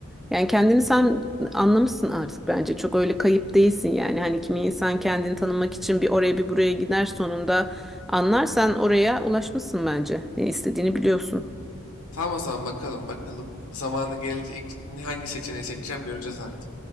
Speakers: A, in the centre; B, on the left.
A: Yani kendini sen anlamışsın artık bence. Çok öyle kayıp değilsin yani. Hani kimi insan kendini tanımak için bir oraya bir buraya gider sonunda anlarsan oraya ulaşmışsın bence. Ne istediğini biliyorsun.
B: Tamam o zaman bakalım bakalım. Zamanı gelince ilk hangi seçeneği seçeceğim göreceğiz artık.